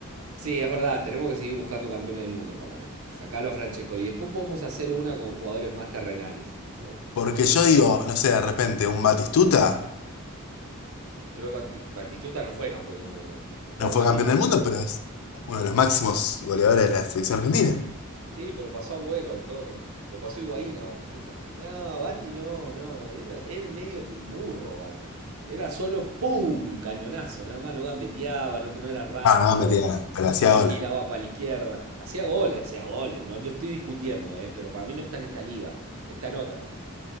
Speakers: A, on the right; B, on the left.
A: Sí, es verdad, tenemos que seguir buscando campeones del mundo para mí. Sacalo a Francescoli. Y Después podemos hacer una con jugadores más terrenales, ¿sí?
B: Porque yo digo, no sé, de repente un Batistuta
A: Pero Bati- Batistuta no fue campeón del mundo. Pero
B: no fue
A: para
B: campeón
A: mí Bat-
B: del mundo, pero es uno de los máximos goleadores de la selección argentina.
A: Sí, pero pasó Agüero al toque. Lo pasó Higuaín a Batistuta. No, Bati no, no. Era, era medio burro Bati. Era solo ¡pum! Cañonazo, nada más. No gambeteaba, no, te- no era rápido.
B: Ah, no, metía nada, pero hacía
A: No
B: goles.
A: giraba para la izquierda. Hacía goles, hacía goles. No lo estoy discutiendo, eh, pero para mí no está en esta liga. Está en otra.